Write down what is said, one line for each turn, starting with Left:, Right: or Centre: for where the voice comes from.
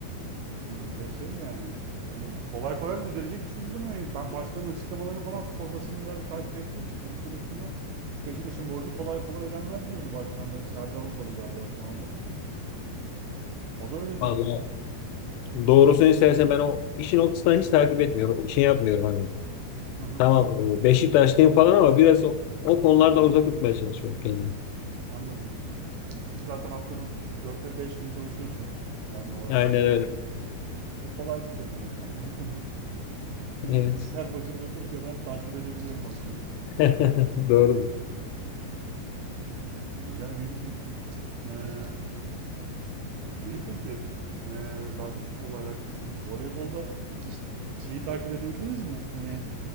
Right: Ve şey yani hani kolay kolay da düzelecek şey gibi durmuyor. Ben başkanın açıklamalarını falan spor basını birazcık takip ettiğim için Twitter üstünde Beşiktaş'ın borcu kolay kolay ödenmez diyordu başkan da. Serdar Adalı galiba şu anda. O da öyle
Left: Vallahi
Right: diyordu.
Left: doğrusunu istersen ben o işin o kısmını hiç takip etmiyorum. Şey yapmıyorum hani.
Right: Hı hı,
Left: Tamam e, Beşiktaşlıyım falan ama biraz o, o konulardan uzak tutmaya çalışıyorum kendimi.
Right: anladım. Siz zaten haftanın 4 ve 5 günü çalışıyorsunuz düzenli olarak.
Left: Aynen
Right: işte.
Left: öyle.
Right: E kolay değil tabii bunları takip etmek. <laughs> Bütün
Left: Evet.
Right: gün bilgisayar başında oturunca ben takip edebiliyorum az çok.
Left: <laughs> Doğru.
Right: Ya ne diyecektim? Ee, Şeyi peki, e, daha çok futbolla alakalısınız. Voleybolda hiç şeyi takip edebildiniz mi? Hani